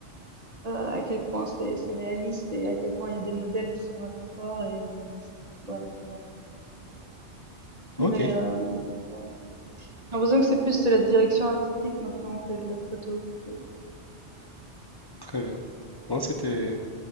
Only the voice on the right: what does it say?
euh, à quel point c'est c'est réaliste et à quel point il y a des modèles qui sont vraiment forts et ça- ouais, voilà.
Mais euh, ouais. j'ai l'impression que c'est plus de la direction artistique maintenant que de la photo. plutôt.